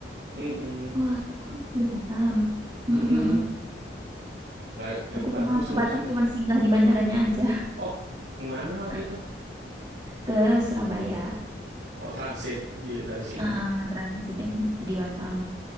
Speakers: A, on the right; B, on the right.
A: Mm-mm.
B: wah, oh, di Batam.
A: Mm-mm.
B: Mhm mhm.
A: Nggak, nggak
B: Aku
A: di Batam
B: pernah
A: sih
B: ke
A: maksudnya.
B: Batam cuman singgah di bandaranya aja,
A: Oh, kemana waktu
B: <laughs>
A: itu?
B: ke Surabaya.
A: Oh, transit di, dari sini.
B: Heeh, transitnya ke di Batam.